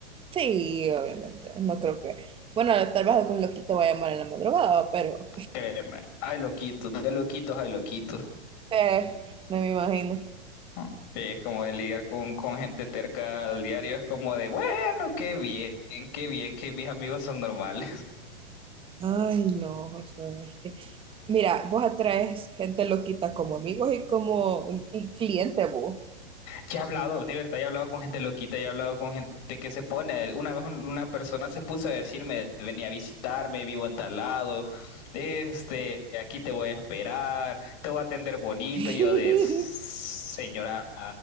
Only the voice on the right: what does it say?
Sí, obviamente. No creo que. Bueno, tal vez algún loquito va a llamar en la madrugada, pero
eh, no me imagino.
Ay, no, Josué, es que. Mira, vos atraes gente loquita como amigos y como y cliente vos.
<laughs>